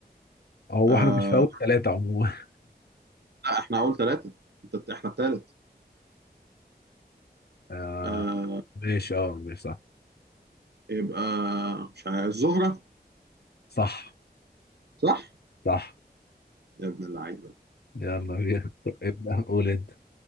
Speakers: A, on the left; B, on the right.
A: هو
B: أه
A: احنا مش في أول تلاتة عموما <laughs>
B: لا احنا اول ثلاثة انت احنا الثالث
A: آه
B: أه
A: ماشي اه ماشي صح
B: يبقى مش عارف الزهرة
A: صح
B: صح
A: صح
B: يا ابن اللعيبه
A: يلا بينا <laughs> ابدأ قول انت